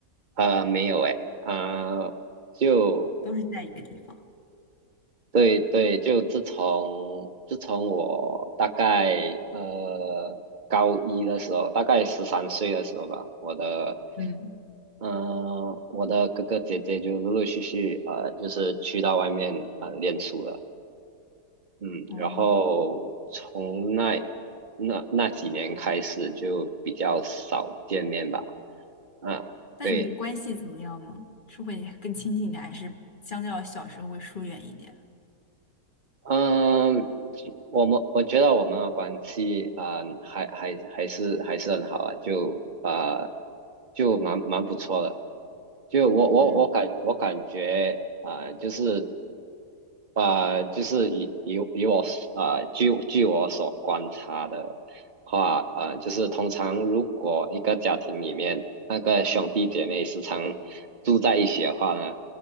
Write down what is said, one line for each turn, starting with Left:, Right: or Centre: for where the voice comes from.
Right: 呃没有诶，呃就。
Left: 都是在一个地方？
Right: 对对，就自从自从我大概呃高一的时候，大概十三岁的时候吧，我的
Left: 嗯。
Right: 嗯我的哥哥姐姐就陆陆续续呃就是去到外面呃练书了，嗯，
Left: 哦，
Right: 然后从那那那几年开始就比较少见面吧，啊，
Left: 那你们的关系怎么样呢？
Right: 对。
Left: 是会更亲近一点，还是相较小时候会疏远一点？
Right: 嗯，其我们我觉得我们的关系啊，呃还还还是还是很好啊，就啊、呃就蛮蛮不错的。就我我我感我感觉啊、
Left: 嗯，
Right: 呃就是啊、呃就是以以以我啊、呃据据我所观察的话啊、呃就是通常如果一个家庭里面那个兄弟姐妹时常住在一起的话呢。